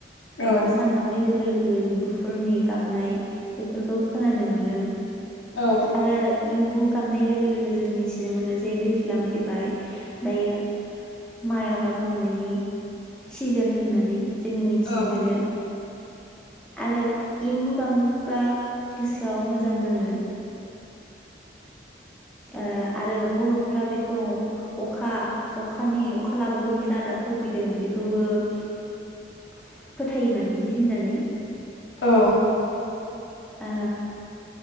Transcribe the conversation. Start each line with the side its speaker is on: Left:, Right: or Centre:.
Left: औ
Centre: अब्ला सान हाबनि लोग लोगो एम्बुफोरनि गाबनाय बेफोरखौ खोनानो मोन <unintelligible>
Left: औ
Centre: आरो एम्बु गाबनाय लोगो लोगो जों मिथिनो मोनो जे दैज्लां फैबाय दायो माइ आबाद मावनायनि सिजोन होननानै जोङो मिथिनो
Left: औ
Centre: मोनो। आरो एम्बु गामोल्बा गोसोआव मोजां नाङो। ओ‌ आरो बर'फोरा बेखौ अखा अखानि अखा लाबोगोननि रादाब होफैदों बेखौबो फोथायोमोन बिदि होननानै।
Left: औ।
Centre: ओ